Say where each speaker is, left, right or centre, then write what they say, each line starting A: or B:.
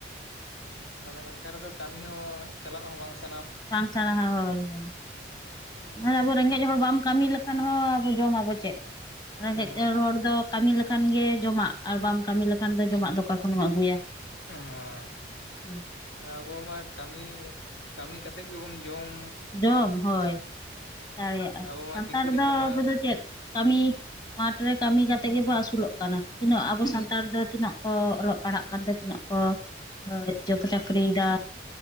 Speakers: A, on the left (about 80°); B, on the left (about 20°).
A: ᱟᱫᱚ ᱱᱚᱝᱠᱟ ᱨᱮᱫᱚ ᱠᱟᱹᱢᱤ ᱦᱚᱸ ᱪᱟᱞᱟᱜ ᱦᱚᱸ ᱵᱟᱝ ᱥᱮᱼᱼ
B: <unintelligible> ᱦᱳᱭ ᱦᱳᱭ ᱟᱨ ᱟᱵᱚ ᱨᱮᱸᱜᱮᱡ ᱦᱚᱲ ᱵᱟᱢ ᱠᱟᱹᱢᱤ ᱞᱮᱠᱷᱟᱱ ᱦᱚᱸ ᱟᱵᱚ ᱡᱚᱢᱟᱵᱚ ᱪᱮᱫ᱾ ᱨᱮᱸᱜᱮᱡ
A: ᱦᱳᱭ
B: ᱛᱮ ᱨᱚᱲ ᱫᱚᱼᱼ ᱠᱟᱹᱢᱤ ᱞᱮᱠᱷᱟᱱ ᱜᱮ ᱡᱚᱢᱟᱜ ᱟᱨ ᱵᱟᱢ ᱠᱟᱹᱢᱤ ᱞᱮᱠᱷᱟᱱ ᱫᱚ ᱡᱚᱢᱟᱜ ᱫᱚ ᱚᱠᱟ ᱠᱷᱚᱱᱮᱢ ᱟᱹᱜᱩᱭᱟ,
A: ᱦᱳᱭ
B: ᱦᱩᱸ
A: ᱟᱵᱚ ᱢᱟ ᱠᱟᱹᱢᱤ ᱠᱟᱹᱢᱤ ᱠᱟᱛᱮᱜ ᱜᱮᱵᱚᱱ ᱡᱚᱢ᱾
B: ᱡᱚᱢ ᱦᱳᱭ ᱫᱟᱲᱮᱭᱟᱜᱼᱟ
A: ᱟᱵᱚ ᱢᱟ
B: ᱥᱟᱱᱛᱟᱲ
A: ᱫᱤᱠᱩ ᱞᱮᱠᱟ
B: ᱫᱚ
A: ᱢᱟ
B: ᱟᱵᱚ ᱫᱚ ᱪᱮᱫ, ᱠᱟᱹᱢᱤ ᱢᱟᱴᱷ ᱨᱮ ᱠᱟᱹᱢᱤ ᱠᱟᱛᱮ ᱜᱮᱵᱚ ᱟᱹᱥᱩᱞᱚᱜ ᱠᱟᱱᱟ ᱛᱤᱱᱟᱹᱜ ᱟᱵᱚ
A: ᱦᱮᱸ
B: ᱥᱟᱱᱛᱟᱲ ᱫᱚ ᱛᱤᱱᱟᱹᱜ᱾ ᱠᱚ ᱚᱞᱚᱜ ᱯᱟᱲᱦᱟᱜ ᱠᱟᱱᱛᱮ ᱛᱤᱱᱟᱹᱜ ᱠᱚ ᱪᱳᱠ ᱪᱟᱹᱠᱨᱤᱭᱫᱟ᱾